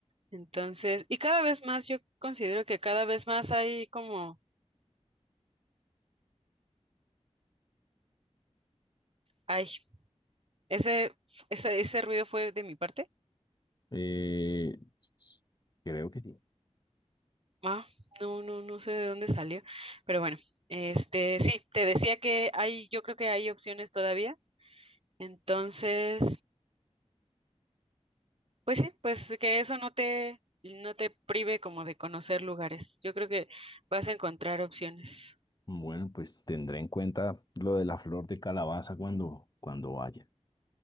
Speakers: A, on the right; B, on the left.
A: Entonces, y cada vez más, yo considero que cada vez más hay como, ay, ese, ese, ese ruido fue de mi parte.
B: Eh, creo que sí.
A: Ah, no, no, no sé de dónde salió, pero bueno, este, sí, te decía que hay, yo creo que hay opciones todavía. Entonces, pues sí, pues que eso no te, no te prive como de conocer lugares. Yo creo que vas a encontrar opciones.
B: Bueno, pues tendré en cuenta lo de la flor de calabaza cuando, cuando vaya.